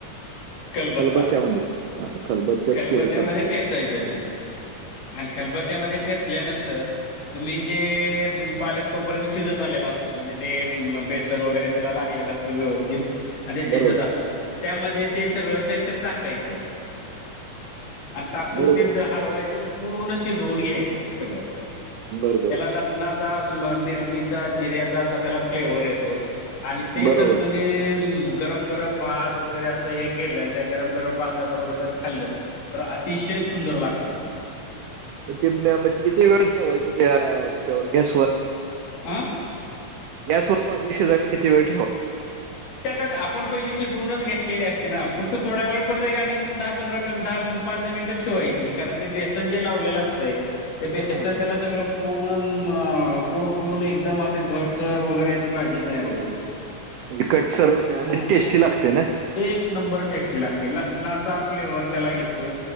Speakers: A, on the left; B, on the right.
A: खलबत्ता
B: खलबत्त्यामध्ये हा, खलबत्त्यात
A: खलबत्त्यामध्ये
B: केलं चालते
A: ठेचायचं ते..... आणि खलबत्यामध्ये ठेचल्यानंतर... तुम्ही जे पालक तोपर्यंत शिजत आलेला असतो म्हणजे ते बेसन वगैरे त्याला लागलेला अस.... व्यवस्थित आणिश
B: बरोबर
A: आलं त्यामध्ये. ते सगळंथ टाकायचं आणि टाकून
B: बरोबर
A: ते हलवायचं... पूर्ण शिजवून घ्यायचं ते सगळं
B: बरोबर
A: त्याला
B: बरोबर
A: लसनात.... चा मिरचीचा, जिऱ्याचा असा त्याला फ्लेवर येतो.... आणि ते
B: बरोबर
A: जर तुम्ही गरम गरम भात वगैरे असं हे.... केलं त्या गरम गरम भाता बरोबर जर खाल्ल तर अतिशय सुंदर लागतं ते....
B: मग ते म किती वेळ ठेवायचं त्या ह्याच्यावर गॅसवर.....
A: आं...
B: गॅस वर भाजी शिजाय तरी किती वेळ ठेवायच....
A: त्यात आपण पहिली... शिजवूनच घेतले असती ना फक्त थोड्या वेळ परत एक आणि दहा पंधरा दहा पाच दहा मिनिट ते... ठेवायची कारण ते बेसन जे लावलेलं असतय ते बेसन
B: हा, हा.
A: त्याला सगळं... पूर्ण कोठ होऊन एकदम अस घटसर वगैरेची अशी भाजी तयार होते....
B: म्हणजे कटसर होते आणि
A: हम्म
B: टेस्टी लागते ना....
A: एक नंबर टेस्टी लागते लसणाचा फ्लेवर त्याला येतो.